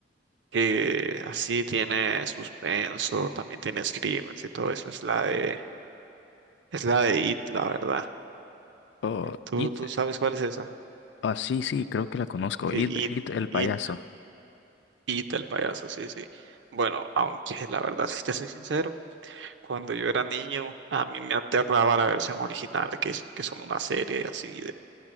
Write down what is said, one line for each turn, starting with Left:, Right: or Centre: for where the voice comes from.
Right: que así tiene suspenso, también tiene screamers y todo eso. Es la de, es la de It, la verdad.
Left: o
Right: ¿Tú,
Left: It.
Right: tú sabes cuál es esa?
Left: Ah, sí, sí, creo que la conozco.
Right: Sí,
Left: It, It,
Right: It,
Left: el payaso.
Right: It, It, el payaso, sí, sí. Bueno, aunque la verdad, si te soy sincero, cuando yo era niño, a mí me aterraba la versión original, que, es- que son una serie así